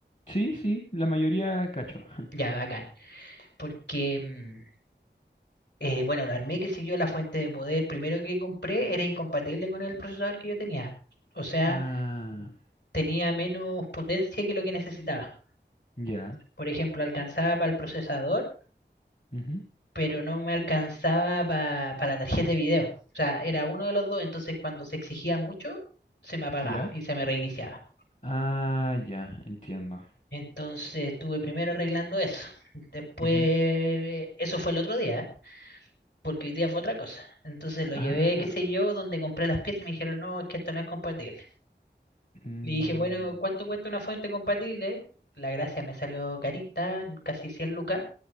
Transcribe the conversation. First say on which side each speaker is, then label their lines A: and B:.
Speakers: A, on the left; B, on the left.
A: Sí, sí, la mayoría cacho. <laughs>
B: Ya, bacán. Porque... mm, Eh, bueno, lo armé que siguió la fuente de poder primero que compré era incompatible con el procesador que yo tenía. O sea,
A: Ah,
B: tenía menos potencia que lo que necesitaba.
A: ya.
B: Por ejemplo, alcanzaba para el procesador,
A: ujú,
B: pero no me alcanzaba para la tarjeta de video. O sea, era uno de los dos, entonces cuando se exigía mucho, se me apagaba
A: Ya.
B: y se me reiniciaba.
A: Ah, ya, entiendo.
B: Entonces estuve primero arreglando eso. Después,
A: Ujú.
B: eso fue el otro día, ¿eh? porque hoy día fue otra cosa. Entonces lo
A: Ah.
B: llevé, qué sé yo, donde compré las piezas y me dijeron, no, es que esto no es compatible.
A: mm,
B: Le dije, bueno, ¿cuánto cuesta una fuente compatible? La gracia me salió carita, casi 100 lucas.